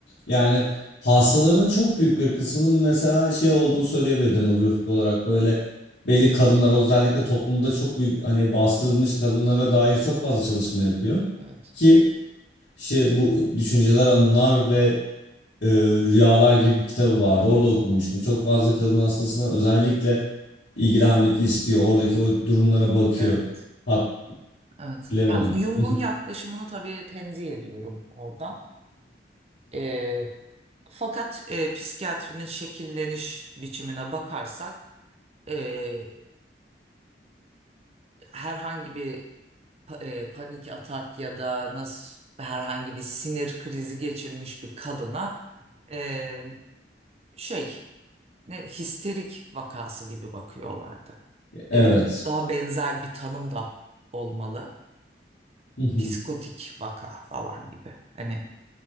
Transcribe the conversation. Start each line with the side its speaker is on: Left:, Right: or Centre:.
Left: yani hastalarının çok büyük bir kısmının mesela şey olduğu söyleyebilir demografik olarak böyle belli kadınlar özellikle toplumda çok büyük hani bastırılmış kadınlara dair çok fazla çalışma yapıyor
Right: Evet.
Left: ki şey bu düşünceler, anılar ve e, Rüyalar gibi bir kitabı vardı. Orada okumuştum. Çok fazla kadın hastasına özellikle ilgilenmek istiyor. Oradaki o durumlara bakıyor.
Right: Evet.
Left: Hat
Right: Evet.
Left: bilemedim.
Right: Ya Jung'un
Left: <laughs>
Right: yaklaşımını tabii tenzih ediyorum oradan. E, fakat e, psikiyatrinin şekilleniş biçimine bakarsak e, herhangi bir pa- e, panik atak ya da nasıl herhangi bir sinir krizi geçirmiş bir kadına e, şey ne histerik vakası gibi bakıyorlardı. Ya
Left: Evet.
Right: da daha benzer bir tanım da olmalı.
Left: <laughs>
Right: Psikotik vaka falan gibi. Hani